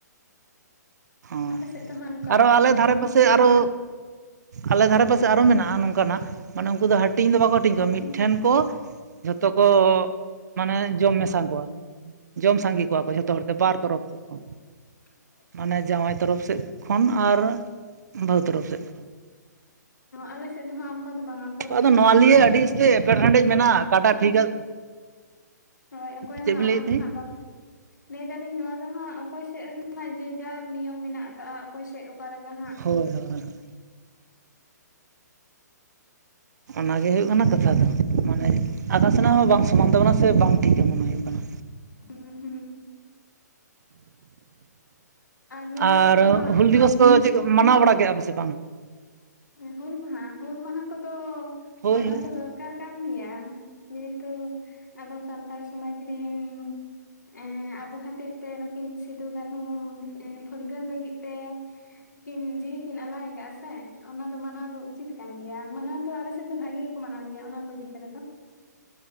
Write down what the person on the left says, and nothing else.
ᱟᱞᱮ ᱥᱮᱫ ᱫᱚ ᱦᱟᱸᱜ ᱚᱱᱠᱟ
ᱦᱩᱸ
ᱦ <unintelligible>
ᱟᱞᱮ ᱥᱮᱫ ᱫᱚ ᱦᱟᱸᱜ ᱚᱱᱠᱟ ᱫᱚ ᱵᱟᱝᱟ ᱠᱚᱲᱟ
ᱢᱟᱱᱮ
ᱦᱳᱭ ᱚᱠᱚᱭ ᱦᱚᱸ
ᱟᱸᱱᱟᱴ
ᱜᱮ ᱦᱮᱸ ᱦᱟᱸᱜ ᱵᱟ- ᱞᱟᱹᱭ ᱫᱟᱞᱤᱧ ᱱᱚᱣᱟ ᱫᱚ ᱦᱟᱸᱜ ᱚᱠᱚᱭ ᱥᱮᱫ ᱦᱚᱸ <inaudible> ᱡᱮ-ᱡᱟᱨ ᱱᱤᱭᱚᱢ ᱢᱮᱱᱟᱜ ᱟᱠᱟᱫ-ᱟ᱾ ᱚᱠᱚᱭ ᱥᱮᱫ ᱚᱠᱟᱞᱮᱠᱟ ᱦᱟᱸᱜ
ᱦᱩᱸ ᱦᱩᱸ ᱱᱤᱭᱟᱹ
ᱜᱷᱟᱹᱲᱤᱡ ᱫᱚ ᱦᱟᱸᱜ
ᱦᱩᱞ ᱢᱟᱦᱟ ᱦᱩᱞ ᱢᱟᱦᱟ ᱠᱚᱫᱚ
ᱢᱟᱱᱟᱣ
ᱫᱚ ᱫᱚᱨᱠᱟᱨ ᱠᱟᱱ ᱜᱮᱭᱟ ᱡᱮᱦᱮᱛᱩ ᱟᱵᱚ ᱥᱟᱱᱛᱟᱲ ᱥᱚᱢᱟᱡᱽ ᱨᱤᱱ ᱮᱸ ᱟᱵᱚ ᱠᱷᱟᱹᱛᱤᱨ ᱛᱮ ᱱᱩᱠᱤᱱ ᱥᱷᱤᱫᱩ-ᱠᱟᱹᱱᱦᱩ ᱯᱷᱩᱨᱜᱟᱹᱞ ᱞᱟᱹᱜᱤᱫ ᱛᱮ ᱠᱤᱱ ᱡᱤᱣᱤ ᱠᱤᱱ ᱟᱞᱟᱭ ᱟᱠᱟᱫᱟ ᱥᱮ᱾ ᱚᱱᱟ ᱫᱚ ᱢᱟᱱᱟᱣ ᱫᱚ ᱩᱪᱤᱛ ᱠᱟᱱ ᱜᱮᱭᱟ, ᱢᱟᱱᱟᱣ ᱫᱚ ᱟᱞᱮᱥᱮᱱ ᱫᱚ ᱵᱷᱟᱜᱤ ᱜᱮᱠᱚ ᱢᱟᱱᱟᱣ ᱜᱮᱭᱟ ᱚᱱᱟ ᱠᱚ ᱤᱫᱤ ᱠᱟᱛᱮᱫ ᱫᱚ᱾